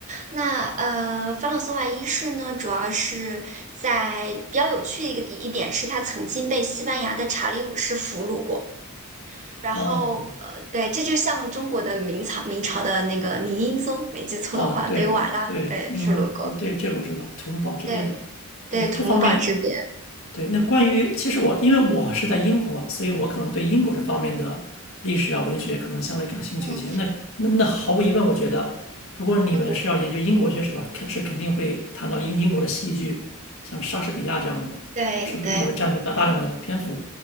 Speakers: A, on the right; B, on the left.
A: 那呃，法朗索瓦一世呢，主要是在比较有趣的一个一点是，他曾经被西班牙的查理五世俘虏过。然后呃，
B: 哦，
A: 对，这就像中国的明朝明朝的那个明英宗，没记错的话，
B: 哦，对对，
A: 被瓦剌对俘虏过。
B: 民众，我对这个我知道，土木堡之变嘛。
A: 对对，
B: 对，
A: 土木堡之变，
B: 这方面对，那关于其实我因为我是在英国嘛，所以我可能对英国这方面的历史啊、文学可能相对感兴趣一些。
A: 嗯
B: 那那那毫无疑问，我觉得如果你们是要研究英国学史的话肯是肯定会谈到英英国的戏剧，
A: 嗯，
B: 像莎士比亚这样的，
A: 对对。
B: 是不是也会占据大大量的篇幅